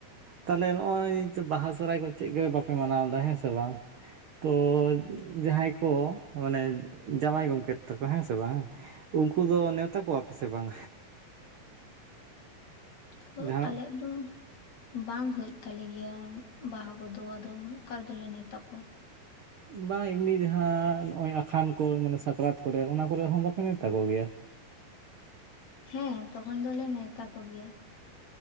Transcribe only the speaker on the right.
ᱛᱟᱞᱦᱮ ᱱᱚᱜ-ᱚᱭ ᱡᱮ ᱵᱟᱦᱟ ᱥᱚᱨᱦᱟᱭ ᱠᱚ ᱪᱮᱫ ᱜᱮ ᱵᱟᱯᱮ ᱢᱟᱱᱟᱣ ᱫᱟ ᱦᱮᱸ ᱥᱮ ᱵᱟᱝ? ᱛᱚ ᱡᱟᱦᱟᱸᱭ ᱠᱚ ᱢᱟᱱᱮ ᱡᱟᱶᱟᱭ ᱜᱚᱢᱠᱮᱛ ᱛᱟᱠᱚ ᱦᱮᱸ ᱥᱮ ᱵᱟᱝ᱾ ᱩᱱᱠᱩ ᱫᱚ ᱱᱮᱶᱛᱟ ᱠᱚᱣᱟ ᱯᱮ ᱥᱮ ᱵᱟᱝ?
ᱡᱟᱦᱟᱱᱟᱜ
ᱵᱟᱝ ᱮᱢᱱᱤ ᱡᱟᱦᱟᱸ ᱱᱚᱜ-ᱚᱭ ᱟᱠᱷᱟᱱ ᱠᱚ ᱢᱟᱱᱮ ᱥᱟᱠᱨᱟᱛ ᱠᱚᱨᱮ ᱚᱱᱟ ᱠᱚ ᱨᱮ ᱦᱚᱸ ᱵᱟ ᱯᱮ ᱢᱮᱶᱛᱟ ᱠᱚ ᱜᱮᱭᱟ?